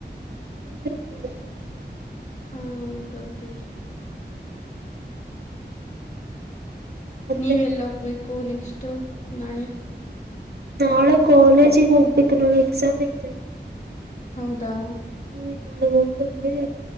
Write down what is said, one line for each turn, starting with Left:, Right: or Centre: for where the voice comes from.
Right: ಚೆನ್ನಾಗಿರುತ್ತೆ <unintelligible>
Left: ಹಾ ಹೋಗ್ ಬರ್ತೀವಿ
Right: ಮತ್ತೆ
Left: ನೀವೆಲ್ಲಿ ಹೋಗ್ಬೇಕು ನೆಕಸ್ಟು ನಾಳೆ
Right: ನಾಳೆ ಕಾಲೇಜಿಗೆ ಹೋಗ್ಬೇಕು ನಾಳೆ ಎಕ್ಸಾಮ್ ಐತೆ
Left: ಹೌದಾ
Right: ಹ್ಮ ನಾಳೆ